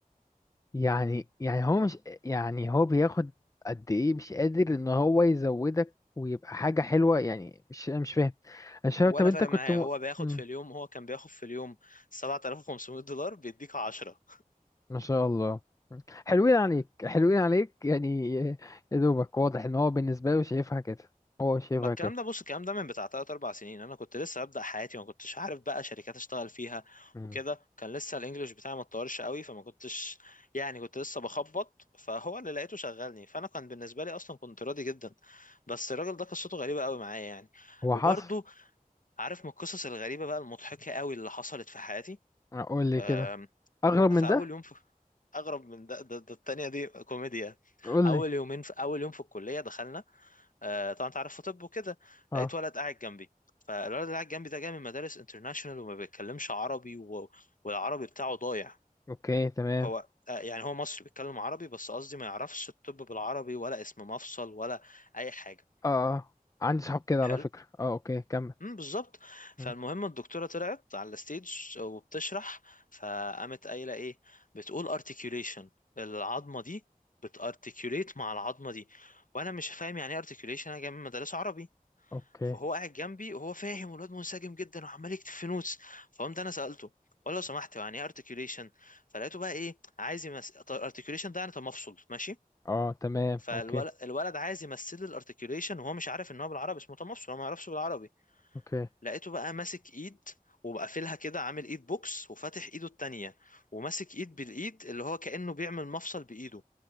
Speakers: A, on the left (about 20°); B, on the left (about 60°).
A: يعني يعني هو مش يعني هو بياخد قد ايه مش قادر ان هو يزودك ويبقى حاجة حلوة يعني مش انا مش فاهم انا مش فاهم
B: ولا
A: طب انت
B: فارق
A: كنت
B: معاه
A: م...
B: هو بياخد
A: مم.
B: في اليوم هو كان بياخد في اليوم 7500 دولار بيديك 10
A: ما شاء الله حلوين عليك حلوين عليك يعني يا دوبك واضح ان هو بالنسبة له شايفها كده هو شايفها
B: ما الكلام
A: كده
B: ده بص الكلام ده من بتاع 3 4 سنين انا كنت لسه ببدأ حياتي ما كنتش عارف بقى شركات اشتغل فيها
A: مم.
B: وكده كان لسه الانجليش بتاعي ما اتطورش قوي فما كنتش يعني كنت لسه بخبط فهو اللي لقيته شغلني فانا كان بالنسبة لي اصلا كنت راضي جدا بس الراجل ده قصته غريبة قوي معايا يعني
A: هو
B: وبرضو
A: حصل
B: عارف من القصص الغريبة بقى المضحكة قوي اللي حصلت في حياتي
A: قول لي
B: أم،
A: كده اغرب من
B: في
A: ده
B: اول يوم في اغرب من ده ده, ده التانية دي كوميديا
A: قول
B: اول
A: لي
B: يومين في اول يوم في الكلية دخلنا آه، طبعا انت عارف في طب وكده
A: اه
B: لقيت ولد قاعد جنبي فالولد اللي قاعد جنبي ده جاي من مدارس انترناشونال وما بيتكلمش عربي و... والعربي بتاعه ضايع
A: اوكي تمام
B: هو آه، يعني هو مصري بيتكلم عربي بس قصدي ما يعرفش الطب بالعربي ولا اسم مفصل ولا اي حاجه
A: اه اه عندي صحاب كده على
B: حلو
A: فكرة اه اوكي كمل
B: امم بالظبط فالمهم
A: مم.
B: الدكتوره طلعت على الستيج وبتشرح فقامت قايله ايه بتقول ارتكيوليشن العظمه دي بتارتكيوليت مع العظمه دي وانا مش فاهم يعني ايه ارتكيوليشن انا جاي من مدارس عربي
A: اوكي
B: فهو قاعد جنبي وهو فاهم والواد منسجم جدا وعمال يكتب في نوتس فقمت انا سالته ولا لو سمحت يعني ايه ارتكيوليشن فلقيته بقى ايه عايز يمثل ارتكيوليشن ده يعني تمفصل ماشي
A: اه تمام
B: فالولد
A: اوكي
B: الولد عايز يمثل لي الارتكيوليشن وهو مش عارف ان هو بالعربي اسمه تمفصل هو ما يعرفش بالعربي
A: اوكي
B: لقيته بقى ماسك ايد وبقى قافلها كده عامل ايد بوكس وفاتح ايده التانية وماسك ايد بالايد اللي هو كأنه بيعمل مفصل بايده